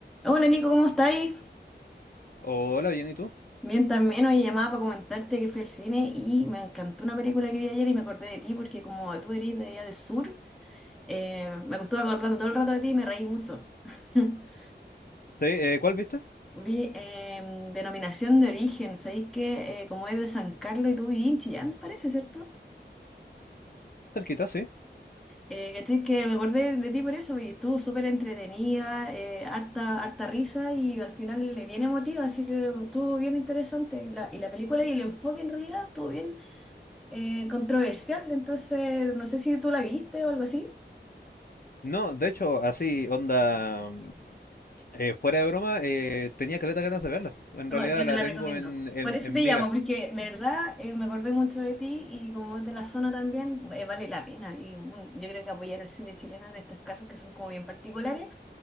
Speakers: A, in the centre; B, on the left.
A: Hola Nico, ¿cómo estáis?
B: Hola, bien, ¿y tú?
A: Bien, también hoy llamaba para comentarte que fui al cine y me encantó una película que vi ayer y me acordé de ti porque como tú eres de allá del sur, eh, me estuve acordando todo el rato de ti y me reí mucho. <laughs>
B: Sí, eh, ¿cuál viste?
A: Vi em, Denominación de Origen, ¿sabéis que eh, como es de San Carlos y tú vivís en Chillán, parece, ¿cierto?
B: Cerquita, sí.
A: Eh, ¿cachai? Que me acordé de ti por eso y estuvo súper entretenida, eh, harta, harta risa y al final bien emotiva, así que estuvo bien interesante. La- y la película y el enfoque en realidad estuvo bien eh, controversial, entonces no sé si tú la viste o algo así.
B: No, de hecho, así, onda, mm, eh, fuera de broma, eh, tenía caleta ganas de verla. En
A: No,
B: realidad
A: yo te
B: la
A: la
B: tengo
A: recomiendo.
B: en, en,
A: Por eso
B: en
A: te
B: mira.
A: llamo, porque de verdad eh, me acordé mucho de ti y como es de la zona también, eh, vale la pena. Y mm, yo creo que apoyar al cine chileno en estos casos que son como bien particulares,